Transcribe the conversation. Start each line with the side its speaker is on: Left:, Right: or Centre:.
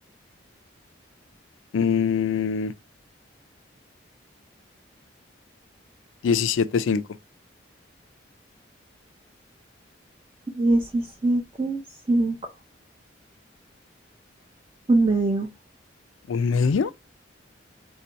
Left: Mm, diecisiete punto cinco
Right: 17-5. Un medio.
Left: ¿Un medio?